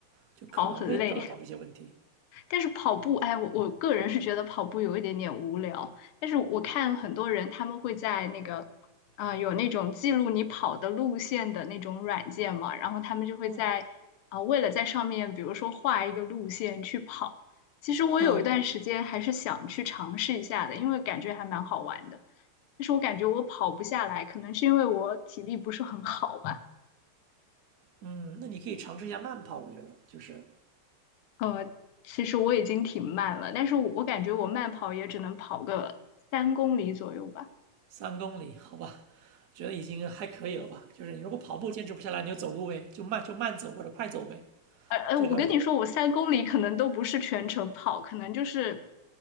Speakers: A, on the right (about 60°); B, on the left (about 85°).
A: 就可能会导导致一些问题。
B: 跑很累。但是跑步，哎，我我个人是觉得跑步有一点点无聊。但是我看很多人他们会在那个，啊，有那种记录你跑的路线的那种软件嘛，然后他们就会在啊、
A: 哦，
B: 为了在上面，比如说画一个路线去跑。其实我有一段时间还是想去尝试一下的，
A: <laughs> 哼，
B: 因为感觉还蛮好玩的。但是我感觉我跑不下来，可能是因为我体力不是很好吧。
A: 嗯，那你可以尝试一下慢跑，我觉得就是
B: 呃，其实我已经挺慢了，但是我我感觉我慢跑也只能跑个三公里左右吧。
A: 三公里，好吧，我觉得已经还可以了吧。就是你如果跑步坚持不下来，你就走路呗，就慢就慢走或者快走呗。
B: 呃呃，
A: 这个
B: 我跟你说，我三公里可能都不是全程跑，可能就是